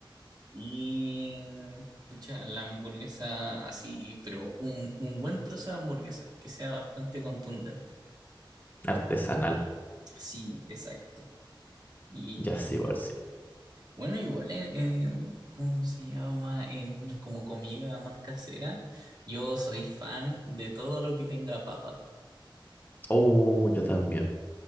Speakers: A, on the right (about 50°); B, on the left (about 20°).
A: Y, pucha, la hamburguesa así, pero un, un buen trozo de hamburguesa, que sea bastante contundente.
B: artesanal.
A: Sí, exacto. Y
B: Ya
A: qué
B: sí,
A: más.
B: igual sí.
A: Bueno, igual en, en- ¿cómo se llama? En como comida más casera, yo soy fan de todo lo que tenga papa.
B: Oh, yo también.